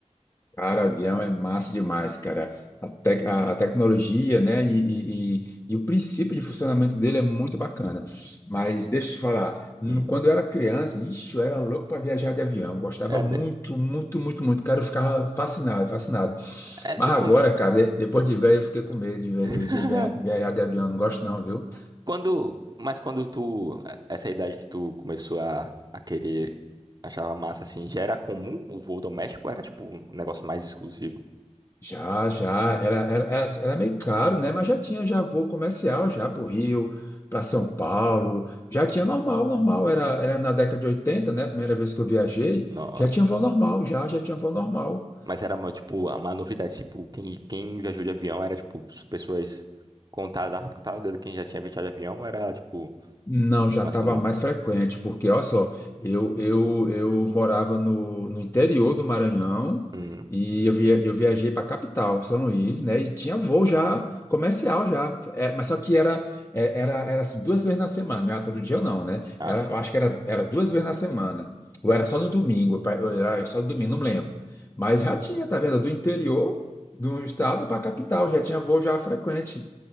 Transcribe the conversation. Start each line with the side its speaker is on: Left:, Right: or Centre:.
Left: Cara, avião é massa demais, cara. A, tec- a- a tecnologia, né, e, e- e- e o princípio de funcionamento dele é muito bacana. Mas deixa eu te falar, no-
Right: Hum.
Left: quando eu era criança, ixi, eu era louco para viajar de avião. Gostava
Right: É,
Left: muito,
Right: me-
Left: muito, muito, muito. Cara, eu ficava fascinado, fascinado.
Right: é,
Left: Mas
Right: quando...
Left: agora, cara, de- depois de velho, eu fiquei com medo de, ve-
Right: <laughs>
Left: de via- viajar de avião. Não gosto não, viu?
Right: Quando, mas quando tu, é, essa idade que tu começou a, a querer, achava massa assim, já era comum o voo doméstico? Ou Era tipo um negócio mais exclusivo?
Left: Já, já, era, era, era, era meio caro, né? Mas já tinha já voo comercial já para o Rio, para São Paulo, já tinha normal, normal, era, era na década de oitenta né? Primeira vez que eu viajei,
Right: Nossa.
Left: já tinha voo normal, já, já tinha voo normal.
Right: Mas era uma, tipo, uma novidade, tipo, quem, quem viajou de avião era tipo as pessoas contadas, ah, contavam o dedo quem já tinha viajado de avião, ou era tipo
Left: Não, já
Right: mais
Left: estava
Right: comum.
Left: mais frequente, porque olha só, eu, eu, eu morava no, no interior do Maranhão
Right: Hum,
Left: e eu, via, eu viajei para a capital, São Luís, né? E tinha voo já comercial já, é, mas só que era, é, era, era assim, duas vezes na semana, não era todo dia não, né?
Right: ah,
Left: Era,
Right: sim.
Left: eu acho que era, era duas vezes na semana, ou era só no domingo, pa- ou era só no domingo, não lembro. Mas já tinha, tá vendo? Do interior do estado para a capital, já tinha voo já frequente.